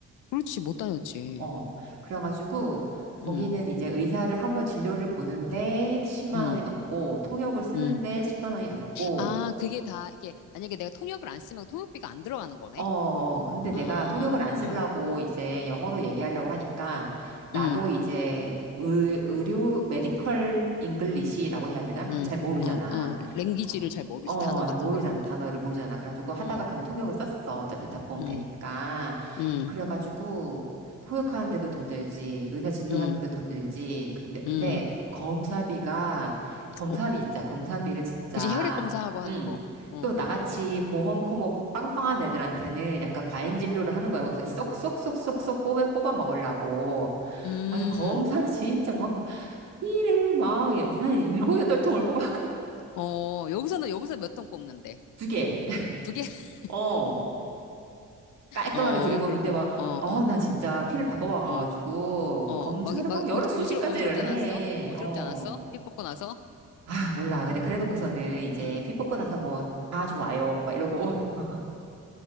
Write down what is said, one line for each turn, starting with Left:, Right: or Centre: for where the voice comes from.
Left: 그렇지, 못 다녔지.
Right: 어. 그래가지고 거기는
Left: 음,
Right: 이제 의사를 한번 진료를 보는데 10만
Left: 음,
Right: 원이 넘고, 통역을 쓰는데
Left: 음.
Right: 10만 원이 넘고,
Left: 아, 그게 다, 이게, 만약에 내가 통역을 안 쓰면 통역비가 안 들어가는 거네?
Right: 어, 어. 근데
Left: 아,
Right: 내가 통역을 안 쓰려고 이제 영어로 얘기하려고 하니까 나도
Left: 응,
Right: 이제 의, 의료, 메디컬 잉글리시라고 해야 되나? 그
Left: 응,
Right: 잘 모르잖아.
Left: 어, 어, 랭귀지를 잘 모르지,
Right: 어, 어,
Left: 단어 같은
Right: 잘 모르잖아.
Left: 거를.
Right: 단어를 모르잖아. 그래가지고 하다가
Left: 응,
Right: 그냥 통역을 썼어. 어차피 다 보험
Left: 응,
Right: 되니까.
Left: 응,
Right: 그래가지고 통역하는데도 돈 들지, 의사 진료하는데도
Left: 응,
Right: 돈 들지. 근데, 근데
Left: 응.
Right: 검사비가, 검사비
Left: 어,
Right: 있자. 검사비를 진짜.
Left: 그지, 혈액 검사하고 하는
Right: 응.
Left: 거. 어,
Right: 또 나같이 보험 커머 빵빵한 애들한테는 약간 과잉 진료를 하는 거예요. 그래서 쏙쏙쏙쏙쏙 뽑아, 뽑아 먹으려고
Left: 음,
Right: 아주 검사를 진짜 막 피를 막, 예, 한 일곱, 여덟 통을 뽑아. <laughs>
Left: 어, 여기서는, 여기서 몇 통 뽑는데?
Right: 두 개.
Left: 두 개? <laughs>
Right: 어. 깔끔하게
Left: 어,
Right: 두 개 뽑는데
Left: 그렇구만.
Right: 막,
Left: 어,
Right: 어,
Left: 어,
Right: 나 진짜 피를 다 뽑아가가지고
Left: 어, 어,
Right: 검사를
Left: 막, 막,
Right: 막 여러
Left: 어,
Right: 수십
Left: 어지러,
Right: 가지를
Left: 어지럽지 않았어?
Right: 해.
Left: 어지럽지
Right: 어.
Left: 않았어? 피 뽑고 나서?
Right: 아, 몰라. 근데 그래 놓고서는 이제
Left: 응,
Right: 피 뽑고 나서 뭐, 다 좋아요. 막 이러고. <laughs>